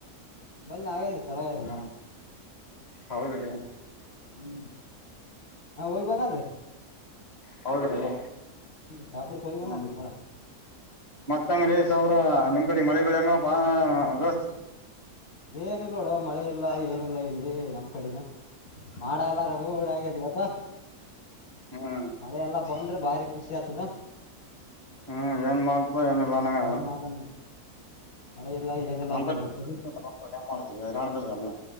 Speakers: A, on the left (about 65°); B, on the left (about 40°).
A: ಅಂಬಲ್ನ ಆಗೇದ್ರಿ ಚಲೋಗದ್ರರಿ ಮೊರಂ ಮ್
B: ಹೌದ ನೀವು
A: ಹ್ಮ ಹಾ ವೈ ಬಂದ ರ
B: ಹೌದ ರೀ <inaudible>
A: ಶಾಪುರ್ಕ್ ಹೋಗಿ ಬಂದನ್ರಿ
B: ಹ
A: ಮೊಹರಂ
B: ಮತ್ತಂಗ ರ ಸ ಅವ್ರ ನಿಮ್ಮ್ ಕಡೆ ಮಳೆ ಬೆಳಿ ಹೆಂಗ್ ಅವಪ ದೋಸ್ತ
A: ಏನಿಲ್ಲ ನೋಡ ಮಳೆ ಇಲ್ಲ ಏನಿಲ್ಲ ಇಲ್ಲಿ ನಮ್ ಕಡೆನ ಮಾಡ ಎಲ್ಲ ರಗುೂಡ ಆಗ್ಯದ ಇವತ್ತು
B: ಹ್ಮ್
A: ಮಳೆೆಲ್ಲ ಬಂದ್ರೆ ಭಾರಿ ಖುಷಿ ಆಗ್ತದ
B: ಹ್ಞ ಏನು ಮಾಡಲ್ ಏನಲ್ಲಾನಾಗ
A: ಮಾಡ್ತಾನ ನೋಡ್ ಮಳೆ ಇಲ್ಲ ಏನಿಲ್ಲ
B: ನಮ
A: ಈ ಕಡೆ ನಮ್ ಕಡಿ
B: ಮಾಡರಾಣಬೇಕ ಅಲ್ಲ